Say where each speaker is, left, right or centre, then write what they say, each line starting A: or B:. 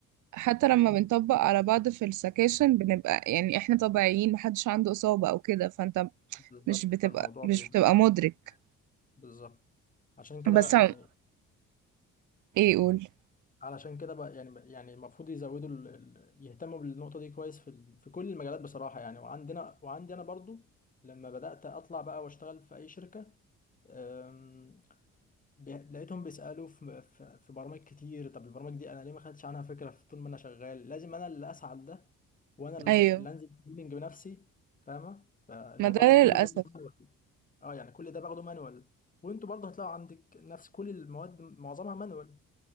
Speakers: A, on the right; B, on the left.
A: حتى لما
B: مم.
A: بنطبق على بعض في السكاشن بنبقى يعني احنا طبيعيين محدش عنده إصابة أو كده فأنت
B: بالظبط
A: مش بتبقى
B: فالموضوع
A: مش
B: بيبقى
A: بتبقى مدرك
B: بالظبط عشان كده
A: بس
B: يعني
A: عم- ايه قول
B: علشان كده بقى يعني يعني المفروض يزودوا ال... ال- يهتموا بالنقطة دي كويس في ال... في كل المجالات بصراحة يعني وعندنا وعندي أنا برضو لما بدأت أطلع بقى وأشتغل في أي شركة أم... بي... لقيتهم بيسألوا في... في في برامج كتير طب البرامج دي أنا ليه ما خدتش عنها فكرة في طول ما أنا شغال لازم أنا اللي أسعى لده وأنا
A: ايوه
B: اللي أنزل تريننج بنفسي فاهمة فالموضوع
A: ما ده
B: ده كله
A: للاسف
B: برضه مانوال أه يعني كل ده باخده مانوال وأنتوا برضه هتلاقوا عندك نفس كل المواد معظمها مانوال